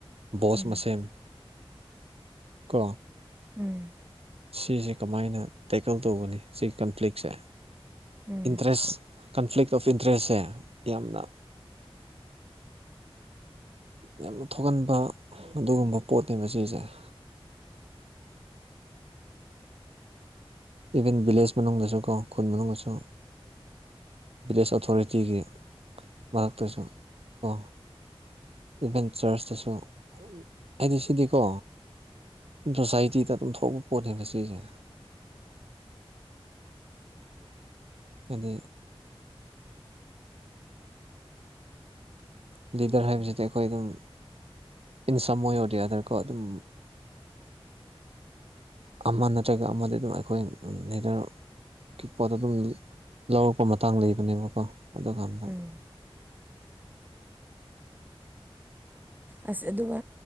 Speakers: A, on the right; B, on the right.
A: ꯕꯣꯁ
B: ꯎꯝ
A: ꯃꯁꯦꯟ ꯀꯣ
B: ꯎꯝ
A: ꯁꯤꯁꯦ ꯀꯃꯥꯏꯅ ꯇꯦꯀꯜ ꯇꯧꯕꯒꯅꯤ ꯁꯤ ꯀꯟꯐ꯭ꯂꯤꯛꯁꯦ
B: ꯎꯝ
A: ꯏꯟꯇꯔꯦꯁ ꯀꯟꯐ꯭ꯂꯤꯛ ꯑꯣꯐ ꯏꯟꯇꯔꯦꯁꯁꯦ ꯌꯥꯝꯅ <inaudible> ꯌꯥꯝꯅ ꯊꯣꯛꯍꯟꯕ ꯑꯗꯨꯒꯨꯝꯕ ꯄꯣꯠꯅꯦ ꯁꯤꯁꯦ <inaudible> ꯏꯚꯟ ꯚꯤꯂꯦꯖ ꯃꯅꯨꯡꯗꯁꯨ ꯀꯣ ꯈꯨꯟ ꯃꯅꯨꯡꯗꯁꯨ ꯚꯤꯂꯦꯖ ꯑꯣꯊꯣꯔꯤꯇꯤꯒꯤ ꯃꯔꯛꯇꯁꯨ ꯀꯣ ꯏꯚꯦꯟ ꯆꯔꯆꯇꯁꯨ ꯍꯥꯏꯗꯤ ꯁꯤꯗꯤꯀꯣ ꯁꯣꯁꯥꯏꯇꯤꯗ ꯑꯗꯨꯝ ꯊꯣꯛꯄ ꯄꯣꯠꯅꯦꯕ ꯁꯤꯁꯦ ꯑꯗꯨꯗꯤ ꯂꯤꯗꯔ ꯍꯥꯏꯕꯁꯤꯗꯤ ꯑꯩꯈꯣꯏ ꯑꯗꯨꯝ ꯏꯟ ꯁꯃꯣꯏ ꯑꯣꯏꯗꯤ ꯌꯥꯗꯅꯀꯣ ꯑꯗꯨꯝ ꯑꯃ ꯅꯠꯇ꯭ꯔꯒ ꯑꯃꯗꯤ ꯑꯗꯨꯝ ꯑꯩꯈꯣꯏ ꯂꯤꯗꯔꯒꯤ ꯄꯣꯠꯇ ꯑꯗꯨꯝ ꯂꯧꯔꯛꯄ ꯃꯇꯥꯡ ꯂꯩꯕꯅꯦꯕꯀꯣ ꯑꯗꯨ ꯀꯥꯟꯗ
B: ꯎꯝ ꯑꯁ ꯑꯗꯨꯒ